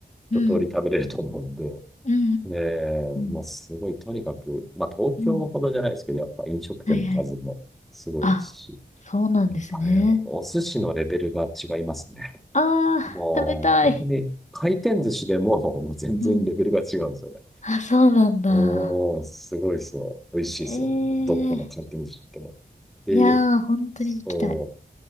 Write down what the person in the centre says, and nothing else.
一通り食べれると思うんで。
ねえ、まあ、
すごい、とにかく、まあ、東京ほどじゃないですけど、
やっぱ飲食店の数もすごいですし。
やっぱね、お寿司のレベルが違いますね。
もう、
本当に、回転寿司でも、もう全然レベルが違うんですよね。
おー、すごいですよ。美味しいですよ。
どこの回転寿司行っても。で、
そう